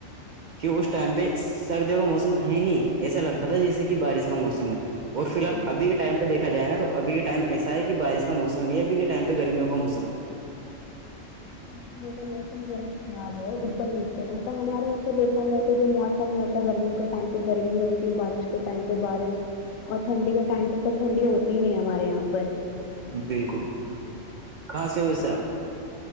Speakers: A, on the right; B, on the left.
A: کہ اس ٹائم پہ سردیوں کا موسم ہے نہیں ایسا لگتا تھا جیسے کہ بارش کا موسم ہے اور فی
B: یہاں
A: الال ابھی کے ٹائم پہیکا جائے نا تو اب کے ٹائم ایسا ہے کہ بارش کا موسم نہیں ہے اب کے ٹائم پہ گرمیوں کا موسم ہے
B: کا موسم تھاا خراب ہے اوپر نیچے نا تو ہمارے یہاں پہ دیکا جائےا تو جو موسم ہوتا ہے گرمیوں کے ٹائم پہ گرمی ہوتی ہے بارش کے ٹائم پہ بارش اور ٹھنڈی کے ٹائم پہ تو ٹھنڈی ہوتی ہی نہیں ہمارے یہاں پر
A: بالکل کہاں سے ہویسے آپ